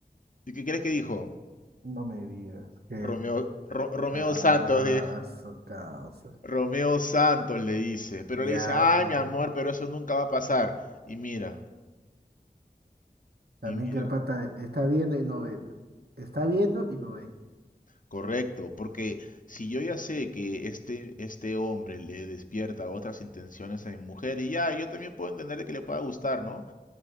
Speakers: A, on the left; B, on the right.
A: ¿Y qué crees que dijo?
B: No me digas que...
A: Romeo, Ro- Romeo
B: Ah,
A: Santos, dijo.
B: su causa.
A: Romeo Santos le dice, pero
B: Ya,
A: le dice, ay,
B: pues.
A: mi amor, pero eso nunca va a pasar. Y mira,
B: También
A: y mira.
B: que el pata está viendo y no ve, pero. Está viendo y no ve.
A: Correcto, porque si yo ya sé que este, este hombre le despierta otras intenciones a mi mujer, y ya, yo también puedo entender de que le pueda gustar, ¿no?